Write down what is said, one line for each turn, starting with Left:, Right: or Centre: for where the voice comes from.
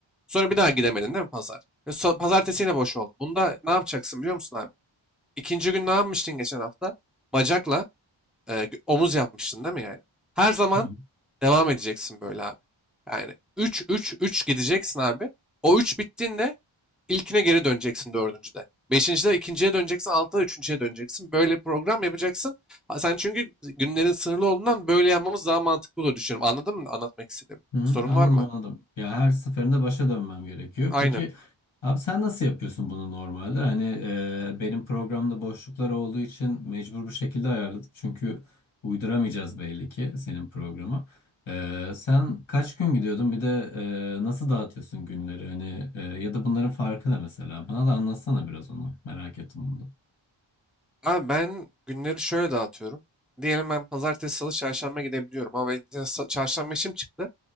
Centre: Sonra bir daha gidemedin değil mi pazar? Ve so- pazartesi yine boş oldu. Bunda ne yapacaksın biliyor musun abi? İkinci gün ne yapmıştın geçen hafta? Bacakla e, gö- omuz yapmıştın değil mi yani? Her zaman
Left: Hı hı.
Centre: devam edeceksin böyle abi. Yani 3 3 3 gideceksin abi. O 3 bittiğinde ilkine geri döneceksin dördüncüde. Beşincide ikinciye döneceksin, altıda üçüncüye döneceksin. Böyle bir program yapacaksın. Ha, Sen çünkü günlerin sınırlı olduğundan böyle yapmamız daha mantıklı olur düşünüyorum. Anladın mı anlatmak istediğimi?
Left: Hı,
Centre: Sorun
Left: anladım
Centre: var mı?
Left: anladım. Ya her seferinde başa dönmem gerekiyor.
Centre: Aynen.
Left: Peki abi sen nasıl yapıyorsun bunu normalde? Hani e, benim programda boşluklar olduğu için mecbur bu şekilde ayarladık. Çünkü uyduramayacağız belli ki senin programı. E, sen kaç gün gidiyordun? Bir de e, nasıl dağıtıyorsun günleri? Hani e, ya da bunların farkı ne mesela? Bana da anlatsana biraz onu. Merak ettim bunu da.
Centre: Abi ben günleri şöyle dağıtıyorum. Diyelim ben pazartesi, salı, çarşamba gidebiliyorum. Ama benim sa- çarşamba işim çıktı.